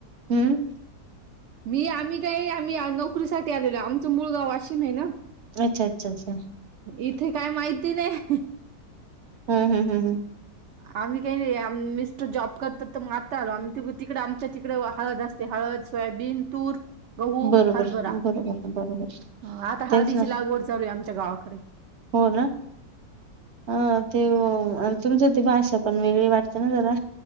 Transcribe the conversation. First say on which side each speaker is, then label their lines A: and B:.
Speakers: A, on the right (about 50°); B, on the right (about 65°).
A: हम्म
B: मी आम्ही काही आम्ही आ नोकरी साठी आलेलो, आमचं मूळ गाव वाशिम हाय ना.
A: अच्छा अच्छा अच्छा
B: इथे काय माहिती नाही.
A: हम्म हम्म हम्म हम्म.
B: आम्ही काही नाही आम मिस्टर जॉब करतात, तर त म आता आलो आम ति तिकडे आमच्या तिकडे हळद असते हळद सोयाबीन, तूर गहू,
A: बरोबर
B: हरभरा, आता
A: बरोबर बरोबर
B: अ आता
A: तेच
B: हळदीची
A: ना
B: लागवड चालूय आमच्या गावाकड.
A: हो ना. अ ते तुमचं ते भाषा पण वेगळी वाटते ना जरा?